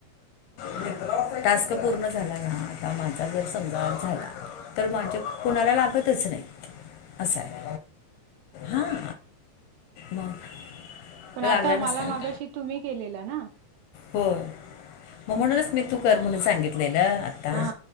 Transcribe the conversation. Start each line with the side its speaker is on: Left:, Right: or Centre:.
Left: जिंकला वाटत. टास्क पूर्ण झाला ना आता माझा जर समजा झाला तर माझे कुणाला लागतच नाहीत असं आहे. हां मग
Right: पण आता
Left: लागला
Right: मला
Left: नसता
Right: मागाशी
Left: ना
Right: तुम्ही केलेला ना?
Left: होय मग म्हणूनच मी तू कर म्हणून सांगितलेलं आता
Right: हा